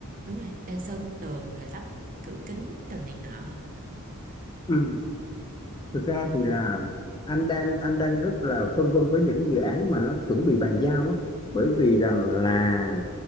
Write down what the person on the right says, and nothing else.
đúng rồi, đang sơn tường rồi lắp cửa kính đồ này nọ.